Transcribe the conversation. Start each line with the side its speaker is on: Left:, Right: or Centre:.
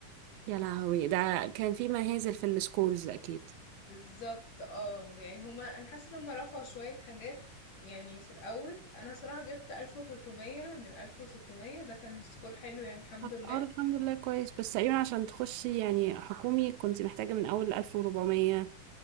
Right: يا لهوي ده كان في مهازل في السكولز اكيد
Left: بالظبط اه يعني هما انا حاسة ان هما رفعوا شوية حاجات يعني في الاول انا صراحة جبت 1300 من 1600 ده كان سكور حلو يعني الحمد
Right: اه
Left: لله
Right: الحمد لله كويس بس تقريبا عشان تخشي يعني حكومي كنت محتاجة من أول 1400